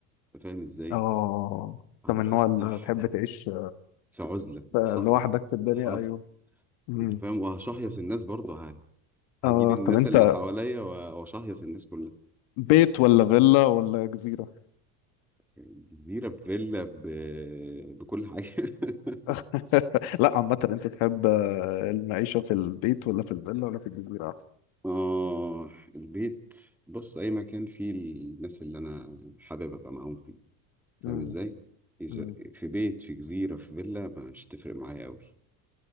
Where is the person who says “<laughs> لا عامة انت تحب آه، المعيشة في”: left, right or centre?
Left